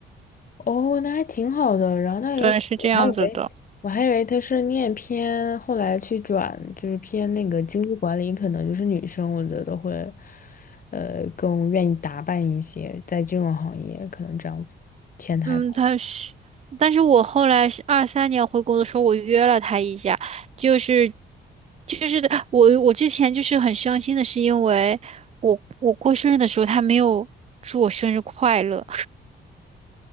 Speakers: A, on the left (about 45°); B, on the right (about 35°).
A: 哦，那还挺好的。然后那有，
B: 对，是这样子的。
A: 我还以为我还以为他是念偏，后来去转就是偏那个经济管理，可能就是女生，我觉得会，呃，更愿意打扮一些，在金融行业可能这样子，前台。
B: 嗯，他是，但是我后来是二三年回国的时候，我约了他一下，就是，就是的我我之前就是很伤心的是因为我我过生日的时候他没有祝我生日快乐，